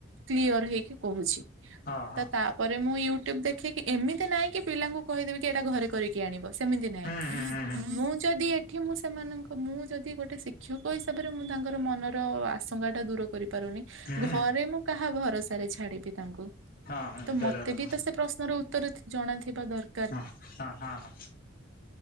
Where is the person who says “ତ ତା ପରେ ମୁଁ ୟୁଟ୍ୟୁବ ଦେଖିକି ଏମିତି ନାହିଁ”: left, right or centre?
Right